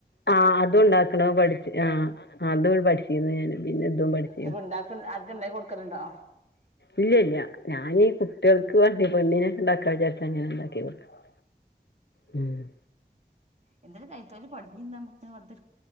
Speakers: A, on the left (about 80°); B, on the right (about 40°).
A: ആഹ് അതും ഉണ്ടാക്കണം അത് പഠിച്ച് ആഹ് അതും പഠിച്ചിരുന്നു ഞാന് പിന്നിതും പഠിച്ചിരുന്ന്
B: ഇപ്പൊ ഇണ്ടാക്ക ആർക്കും ഇണ്ടാക്കി കൊടുക്കലുണ്ടോ
A: ഇല്ലല്ല ഞാനീ കുട്ടികൾ ക്ക് വേണ്ടി ബെണി നെണ്ടാക്കുന വിചാരിച്ച ഞാനൊണ്ടാക്കി കൊടുക്കാൻ ആ
B: എന്തായാലുംകൈത്തൊഴില് പഠിഞ്ഞിരുന്നമുക്ക് പത്ത്